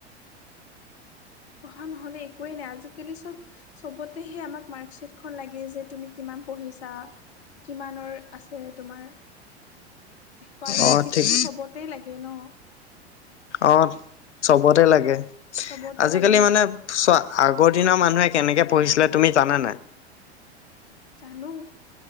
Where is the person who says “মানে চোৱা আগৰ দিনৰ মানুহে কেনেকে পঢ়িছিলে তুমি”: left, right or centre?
Left